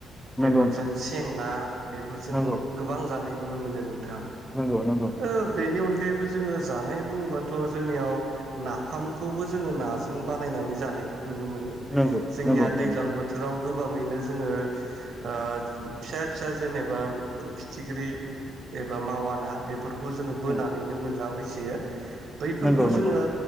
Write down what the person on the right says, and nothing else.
बेफोर
जों सें ना बेफोरजों
गोबां जानो नुनो मोनो नों थां
आरो बेनि अनगायैबो जोङो जानाय बुङोबाथ' जोंनियाव नाफामखौबो जोङो नाजों बानायनानै जानायखौ नुनो मोनो
जोंनिया
दैज्लां
बोथोराव गोबांङैनो जोङो ओ फिसा फिसा जेनेबा फिथिख्रि एबा मावा ना बेफोरखौ खौ जोङो बोनानैनो
मोनलाबाय सोयो बैफोरखौ
जोङो